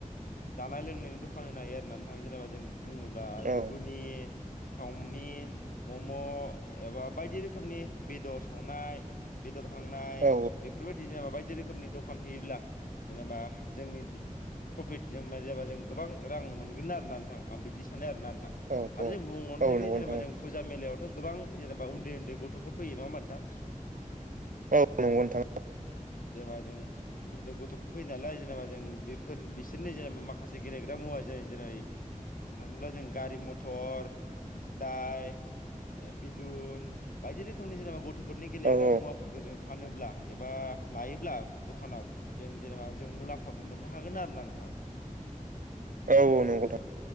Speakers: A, on the left; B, on the right.
A: जानाय लोंनायनि दखान होनो हायो आरोना नोंथां जेनेबा जों बुङोब्ला गुगुनि
B: औ
A: सावमिन, मम' एबा बायदि रोखोमनि बेदर सावनाय बेदर हांनाय
B: औ
A: बेफोरबायदि जेन'बा बायदि बायदि रोखोमनि दखान होयोब्ला जेनेबा जोंनि प्रफिट जों मा जाबा जों गोबां रां मोनगोन आरोना नोंथां आं बिदिस सानो आरोना नोंथां
B: औ
A: आरो जों बुंबावनो
B: औ
A: हायो
B: औ नंगौ
A: जे जेनेबा
B: नोंथां
A: जों फुजा मेलायाव थ' गोबां जेनेबा उन्दै उन्दै गथ'फोर फैयो नङा होमबा नोंथां?
B: औ नंगौ नोंथां।
A: जेनेबा जों उन्दै उन्दै गथ'फोर फैयो नालाय जेनेबा जों बिफ फोर बिसोरनि जेनेबा माखासे गेलेग्रा मुवा जाय जेरै बुंनो थाङोब्ला जों गारि मथर सिलाय ओ बेलुन बायदि रोखोमनि जेनेबा गथ'फोरनि
B: औ
A: गेलेग्रा
B: औ
A: मुवाफ फोरखौ जों फानोब्ला एबा लायोब्ला दखानाव जों जेनेबा जों मुलाम्फाखौ मोननो हागोन आरो ना नोंथां।
B: औ नंगौ थां।